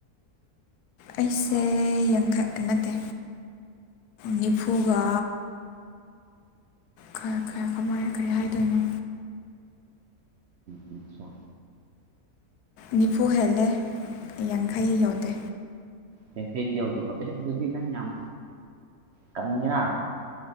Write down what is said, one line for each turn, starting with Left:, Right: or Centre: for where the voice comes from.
Left: ꯑꯩꯁꯦ ꯌꯥꯡꯈꯠ ꯅꯠꯇꯦ ꯅꯤꯐꯨꯒ ꯈꯔ ꯈꯔ ꯀꯃꯥꯏꯅ ꯀꯔꯤ ꯍꯥꯏꯗꯣꯏꯅꯣ
Right: ꯑꯁ
Left: ꯅꯤꯐꯨ ꯍꯦꯜꯂꯦ ꯌꯥꯡꯈꯩ ꯌꯧꯗꯦ
Right: ꯌꯥꯡꯈꯩꯗꯤ ꯌꯧꯗꯕ ꯑꯦ ꯑꯗꯨꯗꯤ ꯅꯪ ꯌꯥꯝ ꯀꯪꯉꯤꯔ